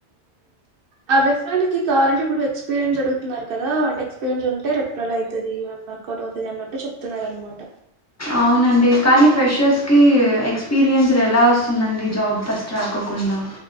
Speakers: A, on the right; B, on the left.
A: ఆ రెఫరల్కి కావాలంటే ఇప్పుడు ఎక్స్పీరియన్స్ అడ్గుతున్నారు కదా అంట ఎస్పీరియన్స్ ఉంటే రెఫరలైతది వర్కౌట్ అవుతది అన్నట్టు చెప్తున్నారన్నమాట
B: ఔనండి కానీ ఫ్రెషర్స్కి ఎక్స్పీరియన్స్ ఎలా ఓస్తుందండి జాబ్ ఫస్ట్ రాకొకు కుండా